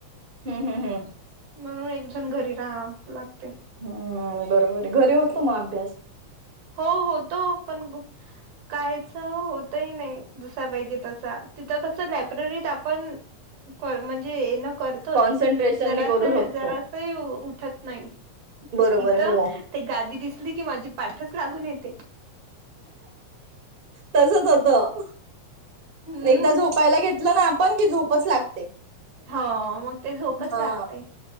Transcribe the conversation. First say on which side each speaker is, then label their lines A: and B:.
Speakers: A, on the right; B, on the right.
A: हम्म हम्म हम्म
B: म्हणून एकजण घरी राहा लागते
A: हम्म बरोबर आहे घरी होतलो मग अभ्यास
B: हो होतो पण कायच होतही नाही दुस पाहिजे त तिथं कस लायब्ररीत आपण कर म्हणजे हे न करतोच
A: कॉन्सन्ट्रेशननी
B: जस
A: करू शकतो
B: जरा उठत नाही
A: बरोबर
B: इथ
A: आहे हो
B: ते गादी दि की माझी पाठच लागून येते
A: तसच होत
B: हम्म
A: एकदा झोप पहिला घेतलं ना आपण की झोपच लागते
B: हो मग ते झोपच
A: हा
B: लागते